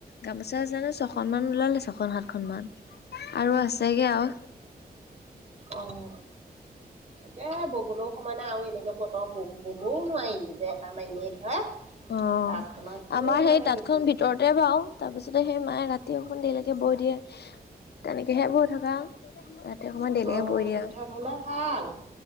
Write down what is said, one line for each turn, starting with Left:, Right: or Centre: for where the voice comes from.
Left: গামোচা জানো ছখন মান ওলালে ছখন সাতখনন মান। আৰু আছেগে আৰু।
Right: অঁ তাকে ববলৈও সময় নাই আৰু এনেকে বতৰ ববও নোৱাৰি যেৰেপা মাৰি মাৰি ধৰে।
Left: অ'
Right: তাঁতখনৰ একো
Left: আমাৰ
Right: মানে
Left: সেই তাঁতখন
Right: হেৰি কৰিব নোৱাৰি
Left: ভিতৰতে বাও। তাৰপিছতে সেই মায়ে ৰা তি অকন ধৰিকে বৈ দিয়ে। তেনেকে তিহে বৈ থকা আৰু ৰাতি অকমান দেইলেকে
Right: অ'
Left: বৈ দিয়ে
Right: ভিতৰত
Left: আৰু।
Right: হ'লে ভাল